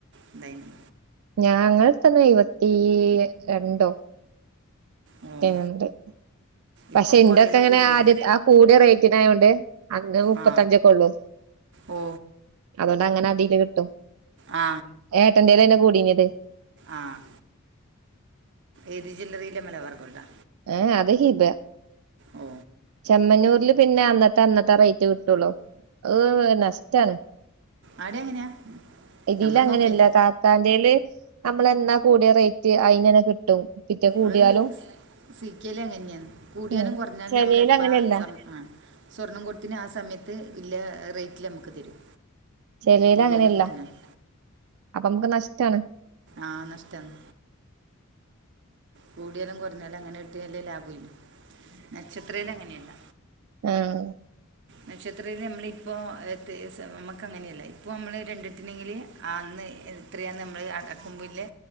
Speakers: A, on the right; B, on the right.
A: ഇണ്ടായി നി.
B: ഞാങ്ങൾ ഇട്ത്തന്ന് എഴുപത്തി രണ്ടോ
A: ഓ
B: ഇന്റെ പക്ഷെ
A: ഇപ്പം കുറയിലും
B: ന്റെ ക്കെ ങ്ങനെ
A: കൂടിയല്ലേ
B: ആദ്യ ആഹ് കൂടിയ റേറ്റിനായോണ്ട്. അന്ന് മുപ്പത്തഞ്ചക്കെ
A: ആ
B: ഒള്ളൂ.
A: ഓ
B: അതുകൊണ്ട് അങ്ങനെ ആട്ടീട് കിട്ടും
A: ആ
B: ഏട്ടന്റെലെന്നെ കൂടിനത്.
A: ആഹ് ഏത് ജൊല്ലറിലാ മലബാർ ഗോൾഡാ?
B: ഏഹ അത് ഹിബ
A: ഓ
B: ചെമ്മന്നൂരില് പിന്നെ അന്ന ട് തന്നത്താ ആറെയ്റ്റേ കിട്ടൊള്ളൂ ഏ നഷ്ടാണ്.
A: ആടെ എങ്ങനെയാ?
B: ഇതില്
A: നമ്മൾ
B: അങ്ങനെയല്ല
A: നോക്കില്ല
B: കാക്കാന്റെല് നമ്മള് എന്നാ കൂടിയ റേറ്റ് അയിനെന്നെ കിട്ടും. പിറ്റേ കൂടിയാലും
A: അഹ് സീക്കേലു അങ്ങനെയാ കൂടിയാലും
B: ഉം
A: കുറഞ്ഞാലും
B: ചെലേല്
A: നമ്മള് എപ്പാ
B: അങ്ങനെയല്ല
A: സ്വർ ആഹ് സ്വർണം കൊടുത്തിന ആഹ് സമയത്ത് ഇല റേറ്റില് നമക്ക് തരും.
B: ചെലേയില്
A: കൂടിയാലും
B: അങ്ങനെയല്ല
A: കുറഞ്ഞാലും
B: അപ്പൊ നമക്ക് നഷ്ടാണ്
A: ആഹ നഷ്ടാണ് കൂടിയാലും കുറഞ്ഞാലും അങ്ങനെ കിട്ടിയാല് ലാഭേല്ലേ നക്ഷത്രേൽ അങ്ങനെയല്ല
B: ആഹ
A: നക്ഷത്രത്തിൽ നമ്മളിപ്പോൾ <unintelligible> നമുക്ക് അങ്ങനെയല്ല ഇപ്പോൾ നമ്മൾ രണ്ടിട്ടിനെങ്കിൽ. അന്ന് എത്രയാന്ന് നമ്മൾ അടക്കുമ്പിള്ളെ